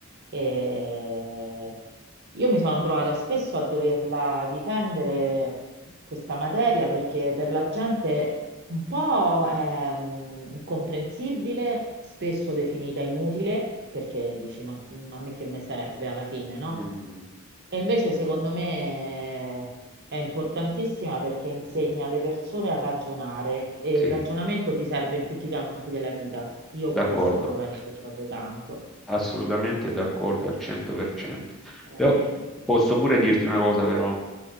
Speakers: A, on the right; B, in the centre.
A: e io mi sono trovata spesso a doverla difendere questa materia perché per la gente un po' è mm, incomprensibile, spesso definita inutile perché dici ma ma a me che mi serve alla fine, no?
B: mm,
A: E invece secondo me è importantissima perché insegna alle persone a ragionare e
B: sì,
A: il ragionamento ti serve in tutti i campi della vita. Io
B: d'accordo,
A: questo lo penso proprio tanto.
B: assolutamente d'accordo al 100%.
A: E- eh,
B: Però
A: quindi-
B: posso pure dirti una cosa, però.